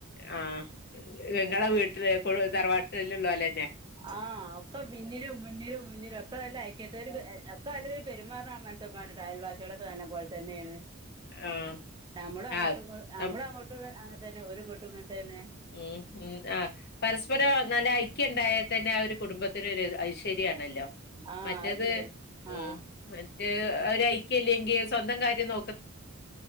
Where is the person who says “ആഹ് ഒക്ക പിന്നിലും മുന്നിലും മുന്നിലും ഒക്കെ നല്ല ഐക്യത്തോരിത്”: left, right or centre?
Right